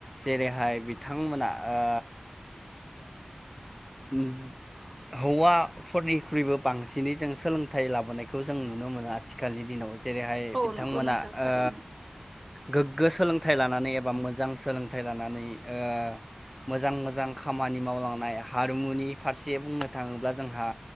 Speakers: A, in the centre; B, on the right.
A: जेरै हाय बिथांमोना ओ उम हौवाफोरनिख्रुइबो बांसिनै जों सोलोंथाइ लाबोनायखौ जों नुनो मोनो आथिखालनि दिनाव जेरैहाय
B: औ
A: बिथांमोना
B: नंगौ नोंथां थारैनो
A: ओ गोग्गो सोलोंथाइ लानानै एबा मोजां सोलोंथाइ लानानै ओ मोजां मोजां खामानि मावलांनाय हा हारिमुनि फारसे बुंनो थाङोब्ला जोंहा